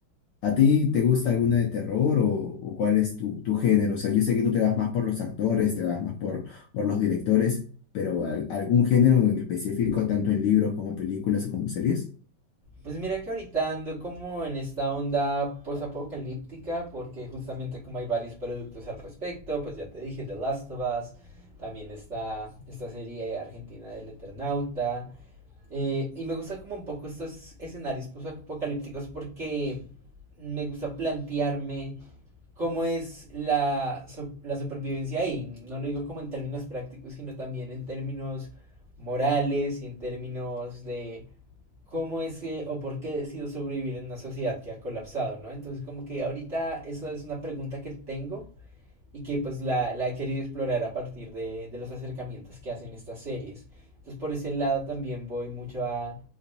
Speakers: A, on the left (about 70°); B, on the right (about 40°).
A: ¿A ti te gusta alguna de terror o, o cuál es tu, tu género? O sea, yo sé que tú te vas más por los actores, te vas más por, por los directores, pero ¿al- algún género en específico, tanto en libros como películas o como series?
B: Pues mira que ahorita ando como en esta onda postapocalíptica, porque justamente como hay varios productos al respecto, pues ya te dije, The Last of Us, también está esta serie argentina del Eternauta. Eh, y me gustan como un poco estos escenarios apocalípticos porque me gusta plantearme cómo es la, so- la supervivencia ahí. No lo digo como en términos prácticos, sino también en términos morales y en términos de cómo es que o por qué decido sobrevivir en una sociedad que ha colapsado, ¿no? Entonces como que ahorita esa es una pregunta que tengo y que pues la, la he querido explorar a partir de, de los acercamientos que hacen estas series. Entonces por ese lado también voy mucho a,